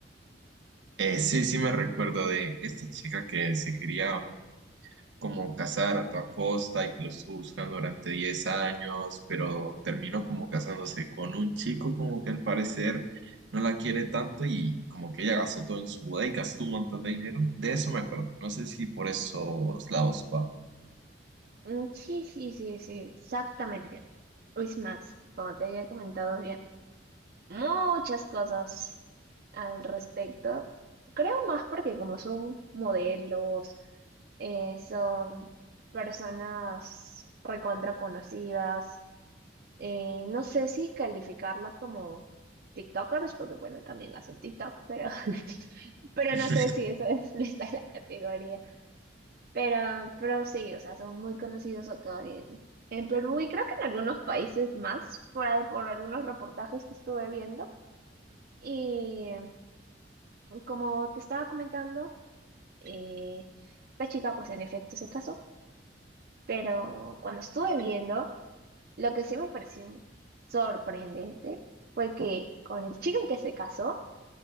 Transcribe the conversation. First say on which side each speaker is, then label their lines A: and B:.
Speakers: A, on the right; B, on the right.
A: Eh, sí, sí, me recuerdo de esta chica que se quería como casar a toda costa y que lo estuvo buscando durante 10 años, pero terminó como casándose con un chico como que al parecer no la quiere tanto y como que ella gastó todo en su boda y gastó un montón de dinero. De eso me acuerdo. No sé si por esos lados va.
B: Mm, Sí, sí, sí, sí, exactamente. Es más, como te había comentado, había muchas cosas al respecto. Creo más porque como son modelos. eh, son personas recontra conocidas. eh, no sé si calificarlos como TikTokers, porque bueno, también hacen TikTok, pero, <laughs> pero
A: <laughs>
B: no sé si eso <laughs> es, les da la categoría. Pero, pero sí, o sea, son muy conocidos acá en, en Perú y creo que en algunos países más, por, al- por algunos reportajes que estuve viendo. Y como te estaba comentando, eh, esta chica pues en efecto se casó. Pero cuando estuve viendo, lo que sí me pareció sorprendente fue que con el chico que se casó